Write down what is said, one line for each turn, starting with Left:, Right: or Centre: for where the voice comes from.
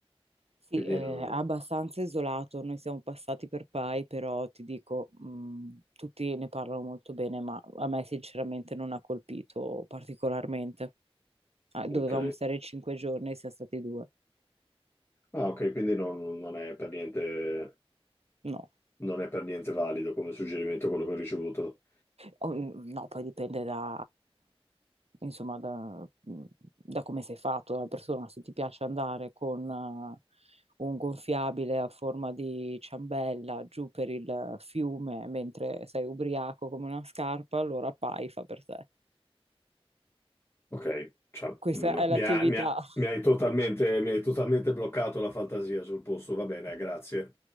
Right: Sì,
Left: Quindi,
Right: è
Left: non-
Right: abbastanza isolato, noi siamo passati per Pai, però ti dico, mh, tutti ne parlano molto bene, ma a me sinceramente non ha colpito particolarmente. Ah, dovevamo
Left: ok,
Right: stare cinque giorni, siamo stati due.
Left: Ah, ok, quindi non non è per niente,
Right: No.
Left: non è per niente valido come suggerimento quello che ho ricevuto.
Right: O- mm, No, poi dipende da, insomma, da, mm, da come sei fatto, dalla persona. Se ti piace andare con eh, un gonfiabile a forma di ciambella giù per il fiume mentre sei ubriaco come una scarpa, allora pai fa per te.
Left: Ok, cioè,
Right: Questa
Left: mm,
Right: è
Left: mi
Right: l'attività,
Left: ha- mi ha-
Right: <laughs>
Left: mi hai totalmente, mi hai totalmente bloccato la fantasia sul posto, va bene, grazie.